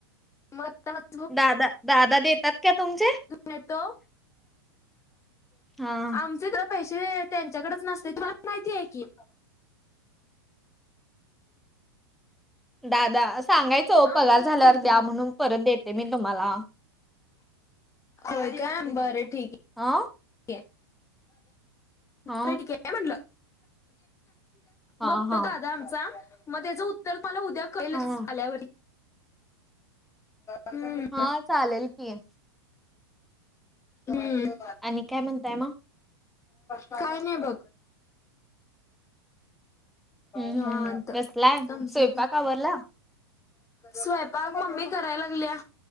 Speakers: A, on the left; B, in the centre.
A: म <unintelligible>
B: दादा दादा देतात का तुमचे?
A: येतो
B: हा
A: आमच तस. पैसे त्यांच्याकडेच नसते तुम्हाला माहिती आहे की.
B: दादा सांगायच. चो
A: हा
B: पगार
A: माहिती
B: झाल्यावर
A: आहे की
B: द्या
A: तुम्ही
B: म्हणून परत देते मी तुम्हाला?
A: होय का बरं ठीक आहे.
B: आं.
A: क
B: हा
A: ठीक आहे म्हटलं.
B: हा
A: मग
B: हा
A: तो दादा आमचा मग त्याच तर मला उद्या कळेलच
B: हा
A: आल्यावर हम्म
B: हा चालेल की.
A: हम्म
B: आणि काय म्हणताय मग
A: काय नाही बघ.
B: हम्म
A: निवांत,
B: हम्म बसलाय
A: तुमचं
B: स्वयंपाक आवरला?
A: स्वयंपाक मम्मी करायला लागलिया